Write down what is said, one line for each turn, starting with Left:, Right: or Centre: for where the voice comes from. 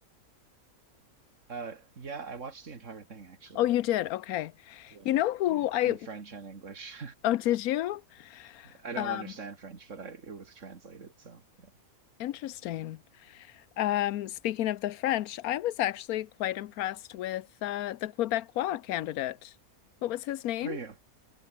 Right: Uh, yeah, I watched the entire thing actually.
Left: Oh, you did. Okay.
Right: Yeah.
Left: You know who
Right: Yeah,
Left: I,
Right: in French and English.
Left: oh, did you?
Right: <laughs> I don't
Left: Um,
Right: understand French, but I it was translated, so yeah.
Left: interesting. Um, speaking of the French, I was actually quite impressed with uh, the Quebecois candidate. What was his name?
Right: How are you?